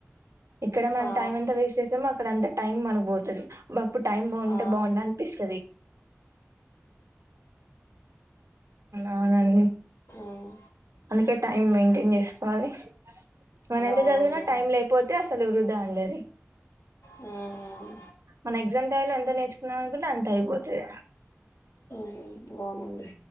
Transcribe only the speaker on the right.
ఇక్కడ మనం
టైం ఎంత వేస్ట్ చేస్తే మాకు ఇప్పుడు అంత టైం మనకుపోతది అప్పుడు టైం బాగుంటే
బాగు అనిపిస్తది అవునండి
అందుకే టైం మెయింటైన్ చేసుకోవాలి మన ఎంత
చదివిన టైం లేకపోతే అసలు వృధా అండది
మన ఎగ్జామ్ టైంలో ఎంత నేర్చుకున్నాం అనుకుంటే అంత అయిపోతుంది